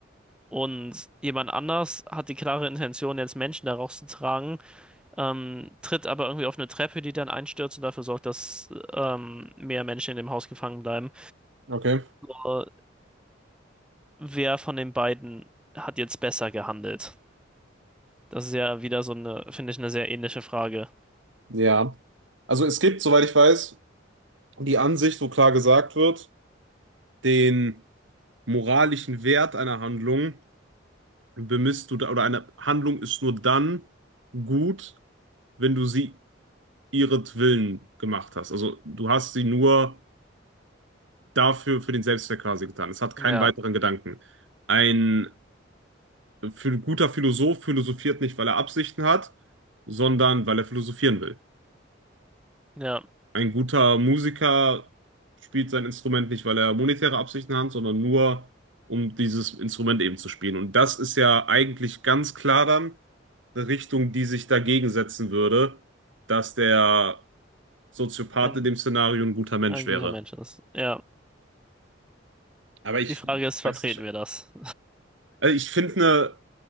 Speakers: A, in the centre; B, on the right.
A: Und jemand anders hat die klare Intention, jetzt Menschen da rauszutragen, ähm, tritt aber irgendwie auf eine Treppe, die dann einstürzt und dafür sorgt, dass ähm, mehr Menschen in dem Haus gefangen bleiben.
B: Okay,
A: Äh, wer von den beiden hat jetzt besser gehandelt? Das ist ja wieder so eine, finde ich, eine sehr ähnliche Frage.
B: ja. Also es gibt, soweit ich weiß, die Ansicht, wo klar gesagt wird, den moralischen Wert einer Handlung bemisst du da, oder eine Handlung ist nur dann gut, wenn du sie ihretwillen gemacht hast. Also du hast sie nur dafür, für den Selbstzweck quasi getan. Es hat keinen
A: Ja,
B: weiteren Gedanken. Ein phil- guter Philosoph philosophiert nicht, weil er Absichten hat, sondern weil er philosophieren will.
A: ja,
B: ein guter Musiker spielt sein Instrument nicht, weil er monetäre Absichten hat, sondern nur, um dieses Instrument eben zu spielen. Und das ist ja eigentlich ganz klar dann eine Richtung, die sich dagegen setzen würde, dass der Soziopath
A: ein,
B: in dem Szenario ein guter Mensch
A: ein
B: wäre.
A: guter Mensch ist. Ja,
B: Aber ich
A: die Frage ist, vertreten
B: weiß nicht. ob-
A: wir das?
B: Also ich finde eine,